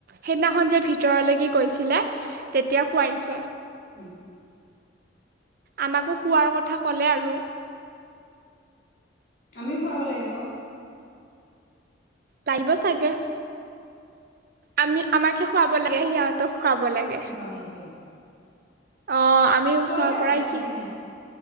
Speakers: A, on the right; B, on the left.
A: সেইদিনাখন যে ভিতৰলৈকে গৈছিলে তেতিয়া খোৱাই দিছে।
B: উম।
A: আমাকো খোৱাৰ কথা ক'লে আৰু।
B: আমিও খুৱাব লাগিব।
A: লাগিব চাগে, আমি আমাকে খুৱাব লাগে সিহঁতক খুৱাব লাগে।
B: সমি অ <inaudible>
A: অ' আমি ওচৰৰ
B: যা
A: পৰাই
B: পইচা পাতি
A: কি।
B: নাই